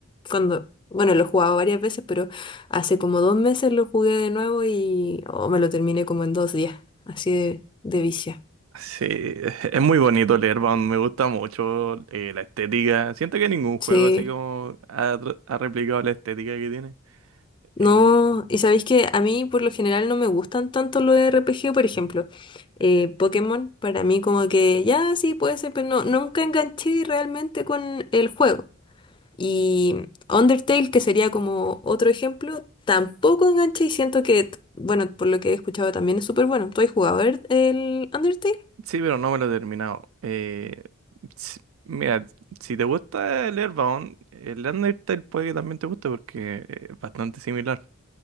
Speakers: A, on the left (about 25°); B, on the right (about 80°).
A: cuando, bueno, lo he jugado varias veces, pero hace como dos meses lo jugué de nuevo y oh, me lo terminé como en dos días, así de, de vicio.
B: Sí, es muy bonito leer, Bound, me gusta mucho eh, la estética. Siento que ningún juego
A: Sí.
B: así como ha, tra- ha replicado la estética que tiene.
A: No,
B: Eh,
A: y sabéis que a mí por lo general no me gustan tanto los RPG, por ejemplo, eh, Pokémon, para mí como que ya sí puede ser, pero no, nunca enganché realmente con el juego. Y Undertale, que sería como otro ejemplo, tampoco engancha y siento que, bueno, por lo que he escuchado también es súper bueno. ¿Tú has jugado el el Undertale?
B: sí, pero no me lo he terminado. Eh, si- mira, si te gusta el Airbound, el Undertale puede que también te guste porque eh, es bastante similar.